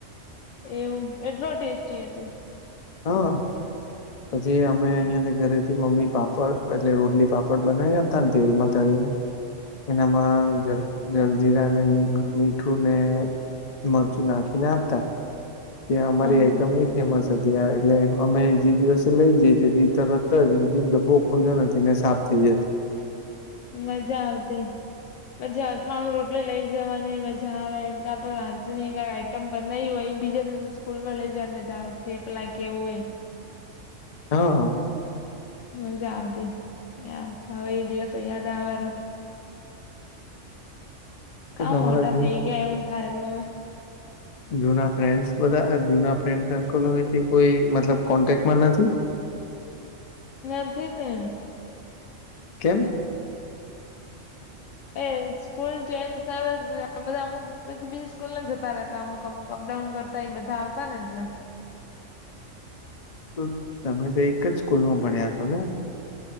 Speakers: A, on the left; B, on the left.
A: એવું. એટલો ટેસ્ટી હતું?
B: હા! પછી, અમે અહિયાં થી ઘરેથી મમ્મી પાપડ એટલે રોટલી પાપડ બનાઈ આપતા ને તેલમાં તળીને
A: <inaudible>
B: એનામાં <unintelligible> જલજીરા ને, મીઠું ને, મરચું નાખીને આપતા ત્યાં અમારી
A: હા
B: આઈટમ એટ ફેમસ હતી, એટલે અમે જી દિવસે લઈ જઈએ તે દી તરત જ <unintelligible> ડબ્બો ખુલ્યો નથી ને સાફ થઈ જાય.
A: <inaudible> મજા આવતી. પછી અથાણું રોટલી લઈ જવાની, મજા આવે. કાં તો રા ત ની કાંઈ આઈટમ બનાઈ હોય, એ બીજા દિવસે સ્કૂલ માં લઈ જવાની મજા આવે. થેપલા કે એવું હોય
B: હા
A: મજા આવતી, યાર. હવે એ દિવસો યાદ આવેને. કહા
B: તો તમારા
A: મોટા
B: જો
A: થઈ ગયા એવું થાય <unintelligible>
B: જૂના ફ્રેન્ડસ બધા, જૂના ફ્રેન્ડ સર્કલ હોય તે કોઈ મતલબ કોન્ટેકમાં નથી?
A: નથી ને.
B: કેમ?
A: <unintelligible> સ્કૂલ ચેન્જ ગઈ બધા અમુક પછી બીહ સ્કૂલમાં જતા રહેતા, અમુક-અમુક અપડાઉન કરતા, એ બધા આવતા ને એટલે.
B: તો તમે તો એક જ સ્કૂલમાં ભણ્યા છો ને?